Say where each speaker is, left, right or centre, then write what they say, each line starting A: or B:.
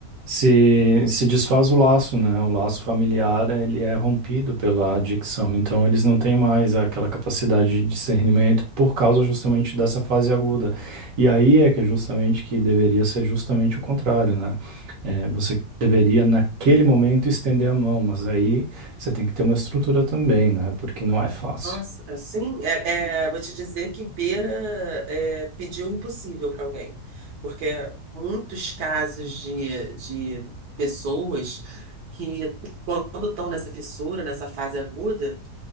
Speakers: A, on the right; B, on the right.
A: Se, se desfaz o laço, né? O laço familiar, ele é rompido pela adicção, então eles não têm mais aquela capacidade de discernimento por causa justamente dessa fase aguda. E aí é que é justamente que deveria ser justamente o contrário, né? É, você deveria naquele momento estender a mão, mas aí você tem que ter uma estrutura também, né? Porque não é fácil.
B: Nossa, assim, é, é, vou te dizer que Beira é, pediu impossível para alguém, porque muitos casos de, de pessoas que, quando estão nessa fissura, nessa fase aguda,